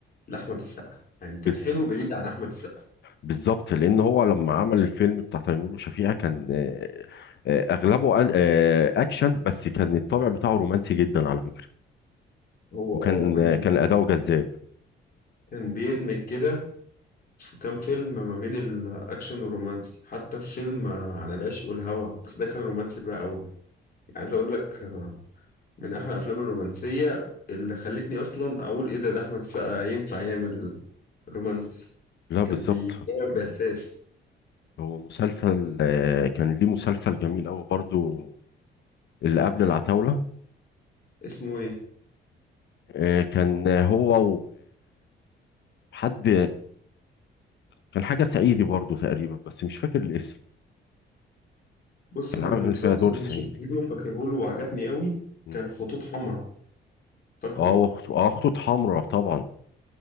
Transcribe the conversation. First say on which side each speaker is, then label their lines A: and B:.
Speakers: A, on the left; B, on the left.
A: لاحمد السقا يعني كان
B: بز-
A: حلو بعيد عن احمد السقا
B: بالظبط لأن هو لما عمل الفيلم بتاع تيمور وشفيقة كان آه، آه، أغلبه آه، آه، أكشن بس كان الطابع بتاعه رومانسي جدا على فكرة
A: هو
B: وكان
A: اه كان
B: كان أداؤه جذاب
A: كان بيدمج كده في كام فيلم ما بين الاكشن والرومانسي حتى في فيلم آه، عن العشق والهوى بس ده كان رومانسي بقى قوي عايز اقول لك آه، من احلى الافلام الرومانسيه اللي خلتني اصلا اقول ايه ده ده احمد السقا ينفع يعمل رومانسي
B: لا
A: كان
B: بالظبط
A: بيصور باحساس
B: هو مسلسل آه، كان ليه مسلسل جميل أوي برضو اللي قبل العتاولة
A: اسمه ايه
B: آه، كان هو وحد كان حاجة صعيدي برضو تقريبا بس مش فاكر الاسم
A: بص
B: كان
A: انا
B: عامل
A: المسلسل
B: فيها دور
A: اللي
B: صعيدي
A: شفته له فاكره له وعجبني قوي
B: مم.
A: كان خطوط حمراء فاكره
B: اه وخطو اه خطوط حمراء طبعا